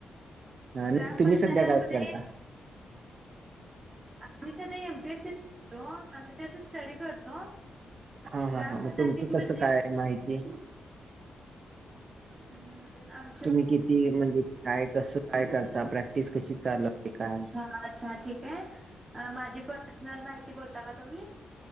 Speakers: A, on the right; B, on the right.
A: नाही
B: ग्रामपंचायतमध्ये.
A: तुम्ही सध्या काय करता
B: आम्ही सध्या यमपीएससी <unintelligible> तो आम्ही त्याचा स्टडी करतो.
A: हा हा
B: ग्रामपंचायतीमध्ये
A: हा मग तुमच कस काय माहितीय.
B: हम्म आम
A: तुम्ही किती म्हणजे काय कस काय करता प्रॅक्टिस कशी चालू आहे काय?
B: हा अच्छा ठीक आहे माझी पर्सनल माहिती बोलता का तुम्ही.